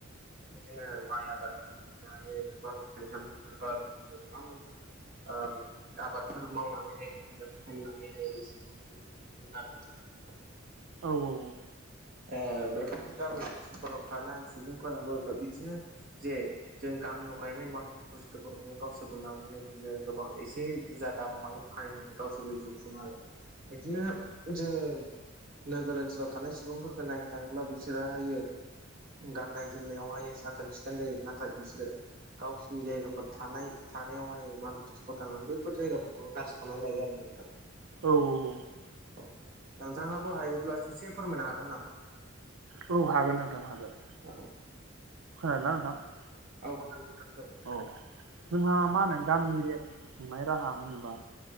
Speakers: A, on the right; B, on the right.
A: बिदिनो माइ आबादफोर बिदिनोहायो गोबां फिथाइ सामथाइफोर बा बिदिनो गोबां ओम आबादफोर मावनानैहाय बिदिनो फाननानैहाय बिसोर गाव जिउखौ खुङो आरो नोंथां।
B: औ औ औ।
A: ओ बेफोर गामि ओनसोलफोराव थानाय सुबुंफोराबो बिदिनो जे जों गामियाव गायनाय मा बुस्थुफोरखौनो गावसोरबो लानानै बिदिनो गोबां ए से बुरजा दामावहाय फानहैनानै गावसोरबो जिउ खुङो आरो बिदिनो जों नोगोर ओनसोलाव थानाय सुबुंफोरखौ नायनो थाङोब्ला बिसोरोहायो गाननाय जोमनायावहाय साखोन सिखोन जायो। ना थाय बिसोरो गावसोरनि जायगाफोर थानाय थानायावहाय माल बुस्थुफोर <unintelligible> बेफोर जायगाफोरखौ गाज्रि खालामनानै लायो आरो नोंथां
B: औ औ औ
A: औ नोंथाङाबो हायोब्ला ससे फोरमायनो हागोन नामा?
B: औ हागोन नोंथां हागोन
A: औ
B: खोनादों ना नोंथां?
A: औ खोनादों नोंथां
B: औ जोंहा मा होनो गामि एरियानि जिउ खुंनाय राहा होनोबा